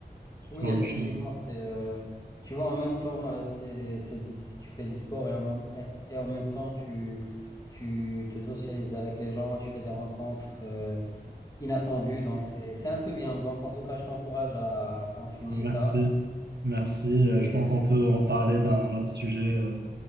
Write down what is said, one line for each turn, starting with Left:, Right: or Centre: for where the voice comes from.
Left: Oui,
Right: tout au
Left: effectivement,
Right: long du chemin.
Left: c'est... euh, Tu vois, en même temps, euh, c'est, c'est, tu fais du sport et en même, et et en même temps, tu, tu te socialises avec les gens, tu fais des rencontres euh, inattendues. Donc, c'est, c'est un peu bien. Donc, en tout cas, je t'encourage à continuer
Right: Ouais, Merci.
Left: ça.
Right: Merci. Euh,
Left: Et
Right: Je pense qu'on peut en parler d'un autre sujet euh,